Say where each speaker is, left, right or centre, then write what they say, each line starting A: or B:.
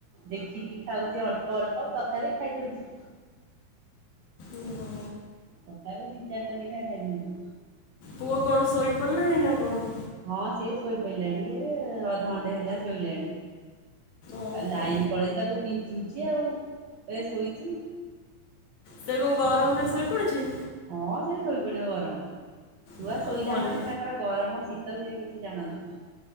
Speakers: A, on the right (about 70°); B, on the left (about 75°).
A: ଦେଖିକି ଖାଉଛି ଅଳ୍ପ ଅଳ୍ପ ତଥାପି ଖାଇଦଉଛି।
B: ଉ ହୋ
A: ତଥାପି ଦି ଚାଟା ନେଖା ଖାଇଦଉଚୁ।
B: ପୁଅ କଣ ଶୋଇ ପଡ଼ିଲାଣି ନା କଣ?
A: ହଁ ସିଏ ଶୋଇପଇଲାଣି ଯେ ଅଧଘଣ୍ଟେ ହେଲା ଶୋଇଲାଣି।
B: ଓହୋ
A: ଆଉ ଲାଇନି ପଳେଇଚି, ତାକୁ ବିଞ୍ଚୁଚି, ଆଉ ଏ ଶୋଇଚି।
B: ସେ କଣ ଗରମ ରେ ଶୋଇପଡିଛି?
A: ହଁ ସେ ଶୋଇପଡିବ ଗରମରେ। ଛୁଆ
B: ଅ,
A: ଶୋଇଲା
B: ଭଲ
A: ମାନେ ତା ଙ୍କର ଗରମ ଶୀତ ସେ କିଛି ଜାଣନ୍ତିନି।